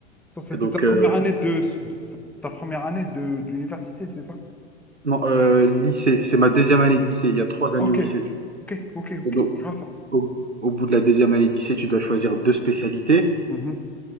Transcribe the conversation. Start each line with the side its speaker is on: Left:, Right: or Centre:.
Centre: Ça, c'était
Right: Et donc,
Centre: ta première
Right: euh,
Centre: année de, de- c'est ta première année de d'université, c'est ça?
Right: Non, heu, lycée, c'est ma deuxième année de lycée. Il y a 3
Centre: Ok,
Right: années au lycée, tu
Centre: ok, ok,
Right: vois?
Centre: ok.
Right: Et donc,
Centre: Je vois ça.
Right: au au bout de la deuxième année de lycée, tu dois choisir 2 spécialités
Centre: Mhm.